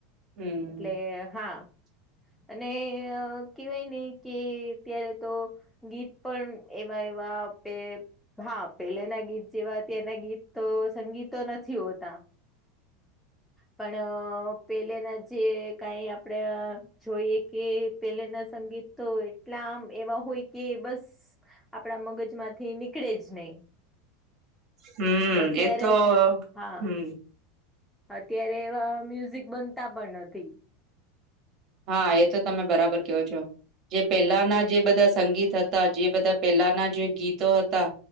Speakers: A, on the right (about 30°); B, in the centre.
A: હમ
B: એટલે હા અને કેહવાય ને કે ત્યારે તો ગીત પણ એવા એવા આપે હા પેલેના ગીત જેવા અત્યારના ગીત તો સંગીતો નથી હોતા પણ પેલે ના જે કાઈ આપડે અ જોઈએ કે પેલાના સંગીત તો એટલા આમ એવા હોય કે બસ, આપણા મગજમાંથી નીકળે જ નહી.
A: હમ
B: ને અત્યારે
A: એ તો
B: હા,
A: હમ
B: અત્યારે એવા મ્યુઝિક બનતા પણ નથી.
A: હા એતો તમે બરાબર કયો છો. જે પેલાના જે બધા સંગીત હતા જે બધા પેલાના જે ગીતો હતા,